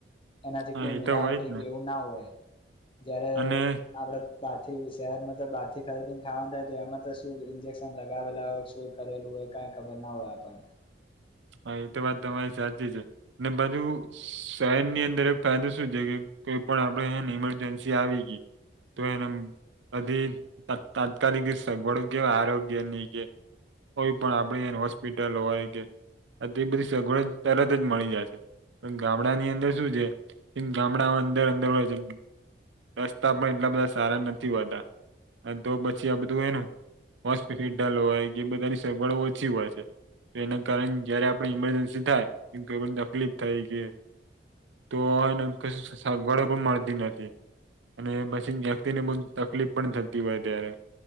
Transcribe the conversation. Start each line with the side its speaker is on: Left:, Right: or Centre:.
Left: એનાથી
Right: હા
Left: કોઈ
Right: એ
Left: મિલાવટ
Right: તો હોય જ
Left: કે
Right: ને
Left: એવું ના હોય જયારે
Right: અને
Left: આપડે બહારથી શહેરમાં તો બહારથી ખરીદીને ખાવાનું થાય તો એમાં શું ઇન્જેક્શન લગાવેલા હોય, શું કરેલું હોય કાઈ ખબરના હોય આપણને
Right: હા, એતો વાત તમારી સાચી છે, ને બાજુ શહેર ની અંદર એક ફાયદો શું છે કે કોઈ પણ આપડે એને ઇમરજન્સી આવી ગઈ તો એનામ અધી તાત્કાલિક સગવડ કે આરોગ્યની કે કોઈ પણ આપડી એને હોસ્પિટલ હોય કે તે બધી સગવડો તરતજ મળી જાય છે. પણ ગામડાની અંદર શું છે, એમ ગામડા અંદર અંદર હોય છે. રસ્તા પણ એટલા બધા સારા નથી હોતા અને તો પછી આ બધું એનું હોસ્પિલ હોય કે બધાની સગવડો ઓછી હોય છે તો એને કારણ જયારે આપડે ઇમરજન્સી થાય, કે કોઈ પણ તકલીફ થાય છે તો એને કશ સગવડો પણ મળતી નથી. અને પછી વ્યક્તિને બહું તકલીફ પણ થતી હોય ત્યારે